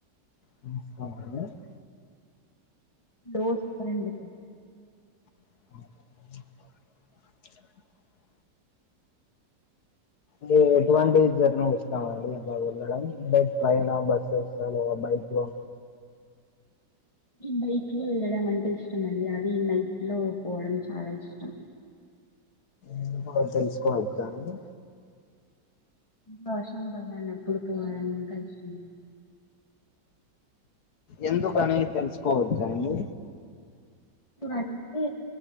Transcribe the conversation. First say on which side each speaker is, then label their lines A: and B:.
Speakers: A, on the left; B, on the left.
A: నమస్క <unintelligible>
B: దోష్ ఫ్రెండుతో
A: <inaudible> దీ ఎటువంటీ
B: మీరు
A: జర్నీ స్తామండి అ బగా వెళ్ళడం అంటే ట్రైన్ ఆ బస్సెస్ ఆ లేదా బైక్ లో
B: బైక్ లో వెళ్ళడం అంటే ఇష్టం అండి అది నైట్ లో పోవడం చాలా ఇష్టం.
A: ఎందుకో తెలుసుకోవచ్చా అండి
B: బాషం బగాన అప్పుడు పోవాలని ఇంకా ఇష్టం అండి
A: ఎందుకని తెలుసుకోవచ్చా అండి
B: అంటే